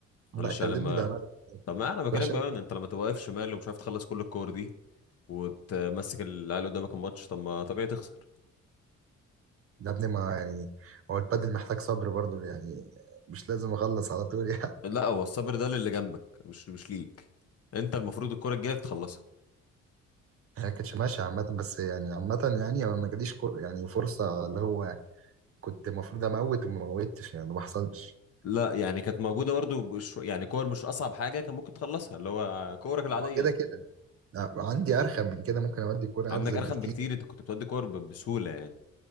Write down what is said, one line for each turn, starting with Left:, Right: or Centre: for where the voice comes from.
Right: لا
Left: معلش انا
Right: كلمني
Left: لما
Right: بامانه
Left: طب ما انا
Right: كنت
Left: بكلمك
Right: وحش
Left: بقى
Right: قوي
Left: ان انت لما تبقى واقف شمال ومش عارف تخلص كل الكور دي وتمسك العيال قدامك الماتش طب ما طبيعي تخسر
Right: يا ابني ما يعني هو البادل محتاج صبر برضه يعني مش لازم اخلص على طول يعني
Left: لا
Right: <laughs>
Left: هو الصبر ده للي جنبك مش مش ليك انت المفروض الكوره الجايه تخلصها
Right: هي ما كانتش ماشيه عامه بس يعني عامه يعني هو ما جاليش كو- يعني فرصه اللي هو كنت المفروض اموت وما موتش يعني ما حصلش
Left: لا يعني كانت موجوده برضه بشو- يعني كور مش اصعب حاجه كان ممكن تخلصها اللي هو كورك العاديه
Right: هو كده كده لا، عندي ارخم من كده ممكن اودي الكوره
Left: عندك
Right: ارزل
Left: ارخم
Right: بكتير
Left: بكتير انت كنت بتودي كور ب- بسهوله يعني